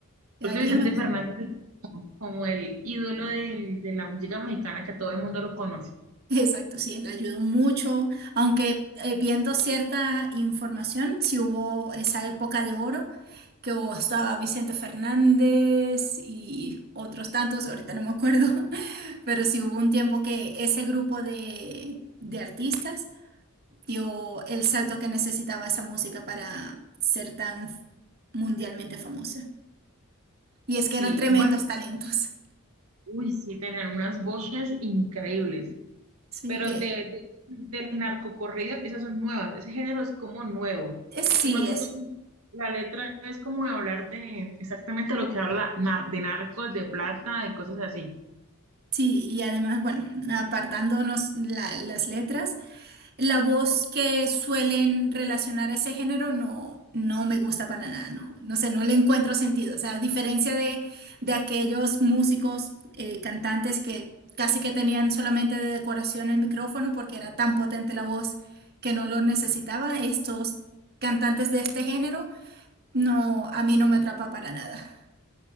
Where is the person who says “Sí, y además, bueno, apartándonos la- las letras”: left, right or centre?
Right